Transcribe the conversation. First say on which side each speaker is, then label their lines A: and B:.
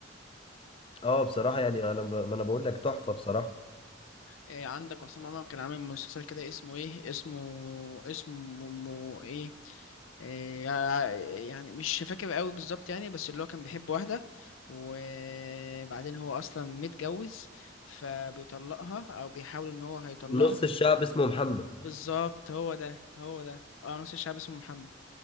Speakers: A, on the left; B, on the left.
A: اه بصراحه يعني انا ب... ما انا بقول لك تحفه بصراحه
B: إيه عندك عصام عمر كان عامل مسلسل كده اسمه ايه اسمه اسمه ايه إيه يعني مش فاكر قوي بالظبط يعني بس اللي هو كان بيحب واحدة وبعدين هو اصلا متجوز فبيطلقها او بيحاول ان هو هيطلقها
A: نص الشعب اسمه محمد
B: بالظبط هو ده هو ده اه نص الشعب اسمه محمد